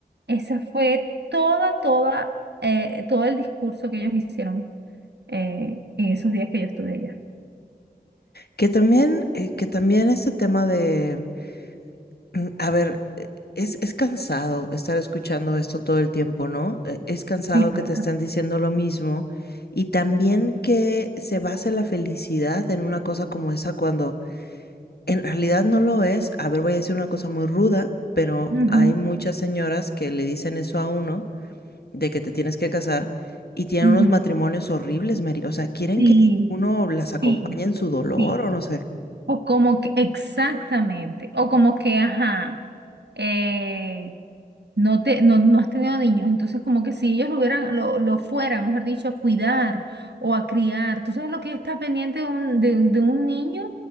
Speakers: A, on the right; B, on the left.
A: Esa fue toda, toda, eh, todo el discurso que ellos hicieron eh, en esos días que yo estuve allá.
B: Que también, eh, que también este tema de, mm, a ver, eh, es, es cansado estar escuchando esto todo el tiempo, ¿no? Eh, Es cansado
A: Sí, claro.
B: que te están diciendo lo mismo y también que se base la felicidad en una cosa como esa cuando en realidad no lo es. A ver, voy a decir una cosa muy ruda, pero
A: Ujú,
B: hay muchas señoras que le dicen eso a uno de que te tienes que casar y tienen
A: ujú.
B: unos matrimonios horribles, Mary. O sea, quieren
A: Sí,
B: que uno las acompañe
A: sí,
B: en su dolor
A: sí.
B: o no sé.
A: O como que, exactamente, o como que, ajá, eh, no te, no, no has tenido niños, entonces como que si ellos lo hubieran, lo, lo fueran, mejor dicho, a cuidar o a criar, tú sabes lo que está pendiente de un, de, un de un niño,